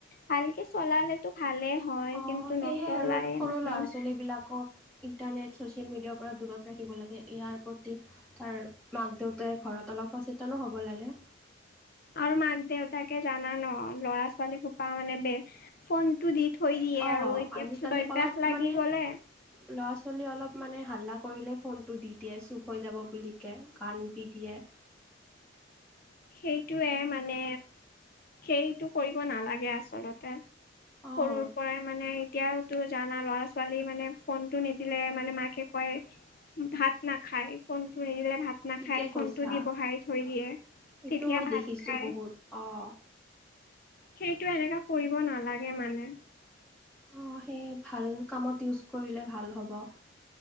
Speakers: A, on the left (about 50°); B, in the centre.
A: ভালকে চলালেতো ভালেই হয়
B: অ',
A: কিন্তু
B: সেয়ে
A: নচলায়ে
B: আৰু সৰু
A: মানুহ।
B: ল'ৰা ছোৱালীবিলাকক ইণ্টাৰনেট ছ'চিয়েল মিডিয়াৰ পৰা দূৰত ৰাখিব লাগে ইয়াৰ প্ৰতি- তাৰ মাক দেউতাই ঘৰত অলপ সচেতনো হ'ব লাগে।
A: আৰু মাক দেউতাাকে জা ন ল'ৰা ছোৱালী হোপা মানে বে ফোনটো দি। থৈ
B: অ',
A: দিয়ে আৰু এতিয়া
B: আজিকালি
A: পিছত অভ্যাস
B: অলপ
A: লাগি
B: মানে
A: গলে।
B: ল'ৰা ছোৱালী অলপ মানে হাল্লা কৰিলে ফোনতটো দি দিয়ে চুপ হৈ যাব বুলি কে। কান্দি দি দিয়ে।
A: সেইটোয়ে মানে সেইটো কৰিব নালাগে আচলতে-
B: অ',
A: সৰুৰ পৰাই মানে এতিয়া। জানা ল'ৰা ছোৱালী মানে ফোনটো নিদিলে মানে মাকে কয় ভাত নাখায় ফোনতটো নিদিলে ভাত নাখায়।
B: ঠিকে
A: ফোন
B: কৈছা
A: টো দি বহাই থৈ দিয়ে।
B: এইটো
A: তেতিয়া
B: মই
A: ভাত
B: দেখিছোঁ
A: খাই
B: বহুত অঁ
A: সেইটো এনেককাে কৰিব নালাগে মানে।
B: অঁ সেই ভাল কামত ইউজ কৰিলে ভাল হ'ব।